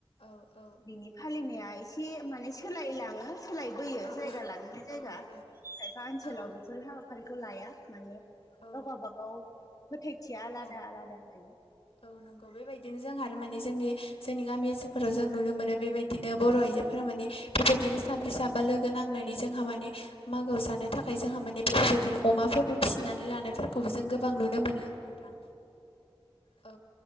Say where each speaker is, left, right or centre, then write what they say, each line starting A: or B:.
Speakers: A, on the left (about 75°); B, on the left (about 35°).
A: औ औ
B: बिनि फालिनाया एसे माने सोलायलाङो सोलायबोयो
A: औ
B: जायगा लानानै जायगा
A: औ नंगौ
B: खायफा ओनसोलाव
A: औ
B: बेफोर हाबा फोरखौ लाया माने
A: औ
B: गाव गाबागाव फोथायथिया आलादा
A: औ
B: आलादा जायो
A: औ नंगौ बेबायदिनो जोंहा माने जोंनि जोंनि गामि ओनसोलफोराव जों नुनो मोनो बेबायदिनो बर' आइजोफोरा माने बेबायदिनो साब्रै साबा लोगो नांनानै जोंहा माने मागोआव जानो थाखाय जोंहा माने बेफोरबायदिनो अमाफोरबो फिसिनानै लानायफोरखौबो जों गोबां नुनो मोनो आरो नोंथां औ